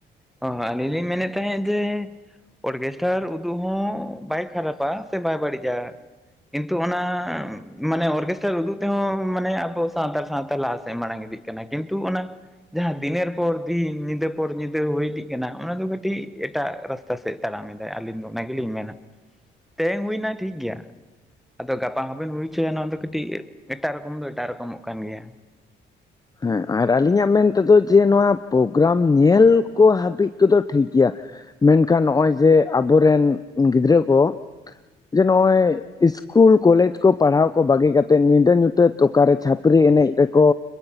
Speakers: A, in the centre; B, on the left.
A: ᱦᱚᱸ ᱦᱚᱸ ᱟᱹᱞᱤᱧ ᱞᱤᱧ ᱢᱮᱱᱮᱫ ᱛᱟᱦᱮᱸᱫ ᱡᱮ ᱚᱨᱜᱮᱥᱴᱟᱨ ᱩᱫᱩᱜ ᱦᱚᱸ ᱵᱟᱭ ᱠᱷᱟᱨᱟᱯᱟ ᱥᱮ ᱵᱟᱭ ᱵᱟᱹᱲᱤᱡᱼᱟ᱾ ᱠᱤᱱᱛᱩ ᱚᱱᱟ ᱢᱟᱱᱮ ᱚᱨᱠᱮᱥᱴᱟᱨ ᱩᱫᱩᱜ ᱛᱮᱦᱚᱸ ᱢᱟᱱᱮ ᱟᱵᱚ ᱥᱟᱶᱛᱟᱲ ᱥᱟᱶᱛᱟ ᱞᱟᱦᱟ ᱥᱮᱫ ᱢᱟᱲᱟᱝ ᱤᱫᱤ ᱠᱟᱱᱟ ᱠᱤᱱᱛᱩ ᱚᱱᱟ ᱡᱟᱦᱟᱸ ᱫᱤᱱᱮᱨ ᱯᱚᱨ ᱫᱤᱱ ᱧᱤᱫᱟᱹ ᱯᱚᱨ ᱧᱤᱫᱟᱹ ᱦᱩᱭ ᱤᱫᱤᱜ ᱠᱟᱱᱟ ᱚᱱᱟ ᱫᱚ ᱠᱟᱹᱴᱤᱡ ᱮᱴᱟᱜ ᱨᱟᱥᱛᱟ ᱥᱮᱫ ᱛᱟᱲᱟᱢᱮᱫᱟᱭ ᱟᱹᱞᱤᱧ ᱫᱚ ᱚᱱᱟ ᱜᱮᱞᱤᱧ ᱢᱮᱱᱟ᱾ ᱛᱮᱦᱮᱧ ᱦᱩᱭᱱᱟ ᱴᱷᱤᱠ ᱜᱮᱭᱟ᱾ ᱟᱫᱚ ᱜᱟᱯᱟ ᱦᱚᱸᱵᱮᱱ ᱦᱩᱭ ᱦᱚᱪᱚᱭᱟ ᱱᱚᱣᱟ ᱫᱚ ᱠᱟᱹᱴᱤᱡ ᱮᱴᱟᱜ ᱨᱚᱠᱚᱢ ᱫᱚ ᱮᱴᱟᱜ ᱨᱚᱠᱚᱢᱚᱜ ᱠᱟᱱ ᱜᱮᱭᱟ᱾
B: ᱦᱮᱸ ᱟᱨ ᱟᱹᱞᱤᱧᱟᱜ ᱢᱮᱱ ᱛᱮᱫᱚ ᱡᱮ ᱱᱚᱣᱟ ᱯᱨᱳᱜᱨᱟᱢ ᱧᱮᱞ ᱠᱚ ᱦᱟᱹᱵᱤᱡ ᱛᱮ ᱫᱚ ᱴᱷᱤᱠ ᱜᱮᱭᱟ᱾ ᱢᱮᱱᱠᱷᱟᱱ ᱱᱚᱜᱚᱭ ᱡᱮ ᱟᱵᱚᱨᱮᱱ ᱜᱤᱫᱽᱨᱟᱹ ᱠᱚ ᱡᱮ ᱱᱚᱜᱼᱚᱭ ᱮᱥᱠᱩᱞ ᱠᱚᱞᱮᱡᱽ ᱠᱚ ᱯᱟᱲᱦᱟᱣ ᱠᱚ ᱵᱟᱹᱜᱤ ᱠᱟᱛᱮᱫ ᱧᱤᱫᱟᱹ ᱧᱩᱛᱟᱹᱛ ᱚᱠᱟᱨᱮ ᱪᱷᱟᱹᱯᱨᱤ ᱮᱱᱮᱡ ᱨᱮᱠᱚ